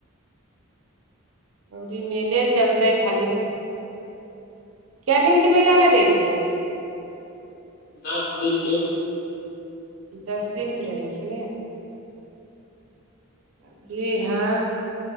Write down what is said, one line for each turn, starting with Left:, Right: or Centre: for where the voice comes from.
Right: अर ई मेले चलतै खाली कए दिनके मेला लगै छै
Left: दस दिन के
Right: दस दिनके रहै छै ने अरी हँ